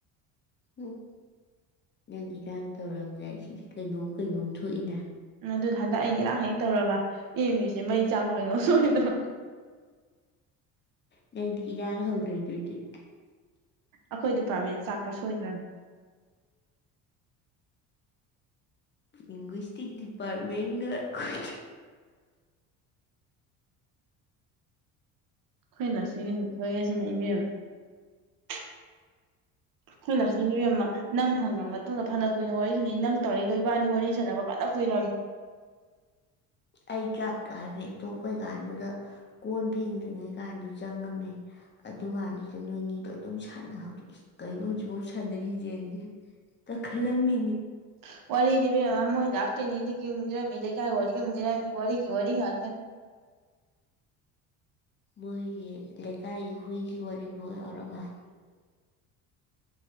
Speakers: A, on the left (about 30°); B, on the right (about 55°).
A: ꯎꯝ ꯅꯪ ꯏꯔꯥꯡ ꯇꯧꯔꯝꯗꯥꯏ ꯁꯤꯗꯤ ꯀꯩꯅꯣꯝ ꯀꯩꯅꯣꯝ ꯊꯣꯛꯏꯅ
B: ꯑꯗꯨ ꯍꯟꯗꯛ ꯑꯩꯅ ꯏꯔꯥꯡ ꯍꯦꯛ ꯇꯧꯔꯕ ꯑꯦꯝ ꯌꯨ ꯁꯦ ꯃꯩ ꯆꯥꯛꯄ ꯀꯩꯅꯣꯝ ꯁꯣꯏꯗ꯭ꯔꯝ
A: ꯅꯪꯗꯤ ꯏꯔꯥꯡ ꯍꯧꯔꯣꯏꯗꯣꯏꯅꯦ
B: ꯑꯩꯈꯣꯏ ꯗꯤꯄꯥꯔꯠꯃꯦꯟ ꯆꯥꯛꯄ꯭ꯔꯥ ꯁꯣꯏꯗ꯭ꯔꯕ
A: ꯂꯤꯡꯒꯨꯁꯇꯤꯛ ꯗꯤꯄꯥꯔꯃꯦꯟꯒ ꯈꯣꯏ
B: <inaudible> ꯑꯩꯈꯣꯏ ꯂꯁꯤꯗꯤ <unintelligible> ꯏꯕꯦꯝꯃꯥ ꯑꯩꯈꯣꯏ ꯂꯛꯁꯃꯤꯗꯤ ꯏꯕꯦꯝꯃꯥ ꯅꯪ ꯊꯝꯈ꯭ꯔ ꯃꯇꯨꯡꯗ ꯐꯅ ꯀꯨꯏꯅ ꯋꯥꯔꯤ ꯁꯥꯟꯅꯩ ꯅꯪ ꯇꯧꯔꯛꯏꯗꯣ ꯏꯕꯥꯅꯤ ꯋꯥꯔꯤ ꯁꯥꯟꯅꯕ ꯐꯅ ꯐꯥꯅ ꯀꯨꯏꯔꯝꯅꯤ
A: ꯑꯩ ꯆꯥꯛꯇꯣ ꯍꯥꯏꯐꯦꯠ ꯇꯣꯛꯄꯩ ꯀꯥꯟꯗꯨꯗ ꯀꯣꯟ ꯊꯦꯡꯗ꯭ꯔꯤꯉꯩ ꯀꯥꯟꯗꯨ ꯆꯪꯉꯝꯃꯦ ꯑꯗꯨꯀꯥꯟꯗꯨꯗ ꯅꯣꯏꯅꯤꯗꯣ ꯑꯗꯨꯝ ꯁꯥꯟꯅꯍꯧꯔꯤ ꯀꯩꯅꯣ ꯍꯧꯖꯤꯛꯐꯥꯎ ꯁꯥꯟꯅꯔꯤꯖꯦꯅ ꯇꯥ ꯈꯜꯂꯝ ꯃꯤꯅꯦ
B: <unintelligible> ꯋꯥꯔꯤꯗꯤ ꯏꯕꯦꯝꯃꯥ ꯃꯣꯏ ꯗꯥ ꯀꯦꯅꯦꯗꯤꯒꯤ ꯃꯨꯛ ꯂꯤꯔꯝꯃꯤ ꯂꯩꯀꯥꯏ ꯋꯥꯔꯤ ꯑꯃꯨꯛ ꯂꯤꯔꯝꯃꯤ ꯋꯥꯔꯤ ꯋꯥꯔꯤ ꯉꯥꯇꯅꯤ <inaudible>
A: ꯃꯣꯏꯒꯤ ꯂꯩꯀꯥꯏꯒꯤ ꯍꯨꯏꯒꯤ ꯋꯥꯔꯤꯕꯣꯛ ꯌꯥꯎꯔꯕ